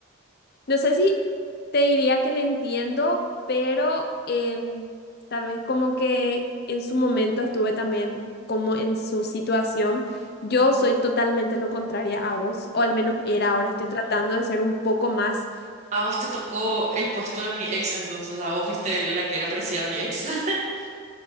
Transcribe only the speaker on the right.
A vos te tocó el puesto de mi ex, entonces, a vos fuiste la que era parecida a mi ex. <laughs>